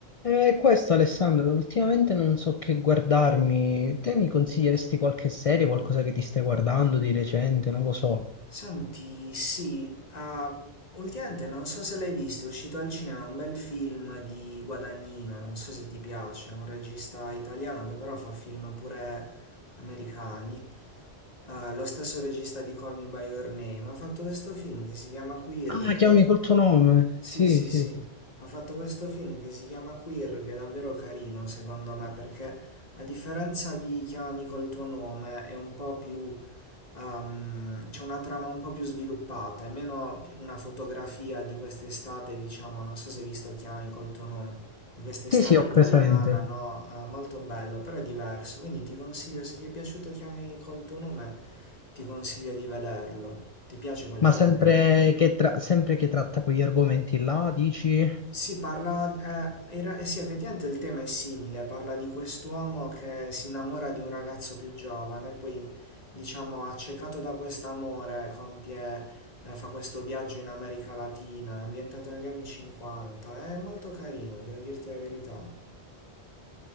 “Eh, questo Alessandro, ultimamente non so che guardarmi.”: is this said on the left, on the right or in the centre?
Left